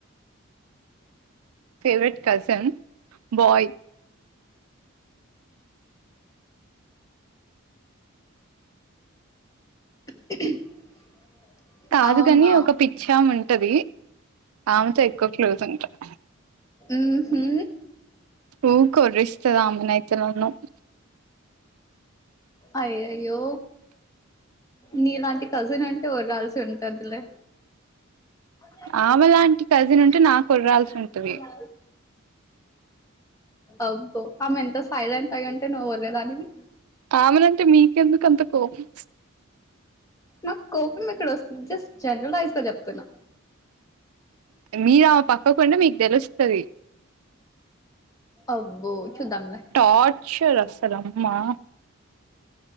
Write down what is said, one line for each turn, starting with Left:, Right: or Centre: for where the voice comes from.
Right: ఫేవరెట్ కజిన్ బాయ్
Left: <unintelligible>
Right: కాదు
Left: అవునా
Right: కాని ఒక పిచ్చా ఉన్ ఎది అమెతో ఎక్కువ క్లోజ్ ఉంటారు
Left: మ్మ్ హు
Right: ఊ కర్రీస్ ఇ అమ్మన అయితే నను
Left: అయ్యయ్యో నీలాంటి కజిన్ ఉంటే వ్రాల్సి ఉంటందిలే ఖక్ భీవ్
Right: ఆమె లాంటి కజిన్ ఉంటే
Left: బ్బవ్
Right: నాకు ఒర్రాల్సి ఉంటది
Left: భగా అబ్బో ఆమె ఎంత సైలెంట్ అయ్యుంటే నువ్వు వలేదానిది
Right: ఆమెనంటే మీకెందుకు అంత కోపం
Left: మ కోఫిమ్ ఎక్కడ వస్ జస్ట్ జనరల్ వాయిస్ తో చెప్తున్నా
Right: మీ ఆవ పక్ తప్పకుండా మీకు తెలుస్తది
Left: అబ్బో చూద్దాంలే
Right: టార్చర్ అసలు అమ్మా